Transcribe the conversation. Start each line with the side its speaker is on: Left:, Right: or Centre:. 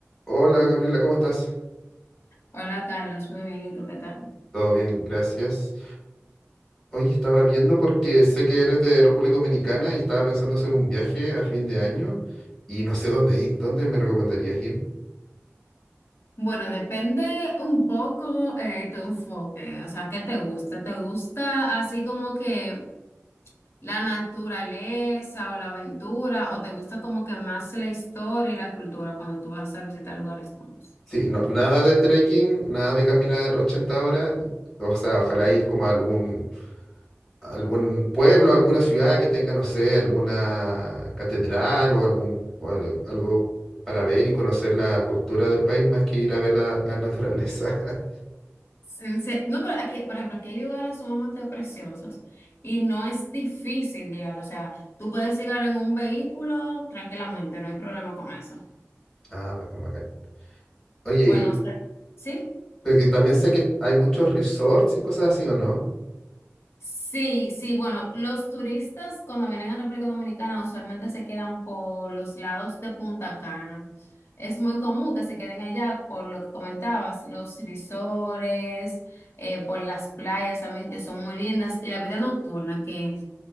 Centre: Hola Gabriela, ¿cómo estás?
Left: Hola Carlos, muy bien, ¿y tú qué tal?
Centre: Todo bien, gracias. Hoy estaba viendo porque sé que eres de República Dominicana y estaba pensando hacer un viaje a fin de año y no sé dónde ir. ¿Dónde me recomendarías ir?
Left: Bueno, depende un poco eh, tu enfoque, o sea, ¿qué te gusta? ¿Te gusta así como que la naturaleza o la aventura o te gusta como que más la historia y la cultura cuando tú vas a visitar lugares nuevos?
Centre: Sí, no, nada de trekking, nada de caminar 80 horas. O sea, ojalá ir como a algún, algún pueblo, alguna ciudad que tenga, no sé, alguna catedral o algún o al- algo para ver y conocer la cultura del país más que ir a ver la, la naturaleza. <laughs>
Left: En se- No, pero aquí, por ejemplo, aquí hay lugares sumamente preciosos y no es difícil llegar, o sea, tú puedes llegar en un vehículo tranquilamente, no hay problema con eso.
Centre: Ah, bacán, bacán. Oye,
Left: Bueno, o sea, ¿sí?
Centre: Porque también sé que hay muchos resorts y cosas así, ¿o no?
Left: Sí, sí, bueno, los turistas cuando vienen a República Dominicana usualmente se quedan por los lados de Punta Cana. Es muy común que se queden allá por lo que comentabas, los risores, eh, por las playas también que son muy lindas y la vida nocturna, que